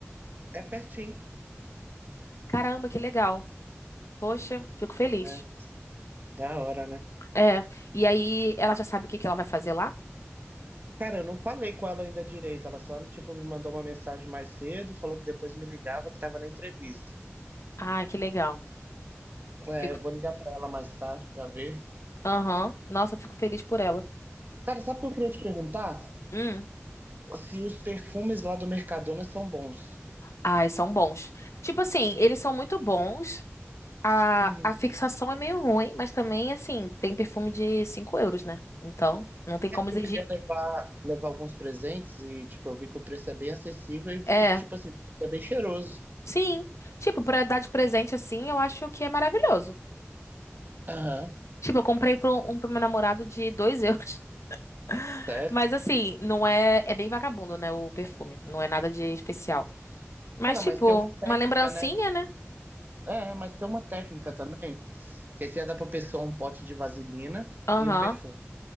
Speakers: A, on the right; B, on the left.
A: É pertinho.
B: Caramba, que legal. Poxa, fico feliz.
A: É, da hora, né?
B: É. E aí, ela já sabe o que que ela vai fazer lá?
A: Cara, eu não falei com ela ainda direito. Ela só, tipo, me mandou uma mensagem mais cedo, falou que depois me ligava, que tava na entrevista.
B: Ai, que legal.
A: É,
B: Fico.
A: eu vou ligar pra ela mais tarde pra ver.
B: Aham. Nossa, eu fico feliz por ela.
A: Cara, sabe o que eu queria te perguntar?
B: Hum.
A: Se os perfumes lá do Mercadona são bons.
B: Ai, são bons. Tipo assim, eles são muito bons. A,
A: Uhum.
B: a fixação é meio ruim, mas também, assim, tem perfume de 5 euros, né? Então, não tem como exigir.
A: Eu queria levar, levar alguns presentes e, tipo, eu vi que o preço é bem acessível e,
B: É,
A: e, tipo assim, é bem cheiroso.
B: sim. Tipo, pra dar de presente, assim, eu acho que é maravilhoso.
A: Aham,
B: Tipo, eu comprei pro, um pro meu namorado de 2 euros. <laughs>
A: sério?
B: Mas, assim, não é... É bem vagabundo, né, o perfume. Não é nada de especial. Mas,
A: Cara, mas
B: tipo,
A: tem uma técnica,
B: uma lembrancinha,
A: né?
B: né?
A: É, mas tem uma técnica também, que aí você dá pra pessoa um pote de vaselina
B: Aham,
A: e um perfume.